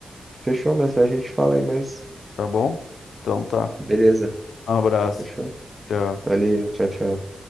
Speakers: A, on the right (about 20°); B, on the left (about 85°).
A: Fechou, mas a gente fala aí mais.
B: tá bom? Então tá.
A: Beleza,
B: Um abraço.
A: fechou?
B: Tchau.
A: Valeu, tchau, tchau.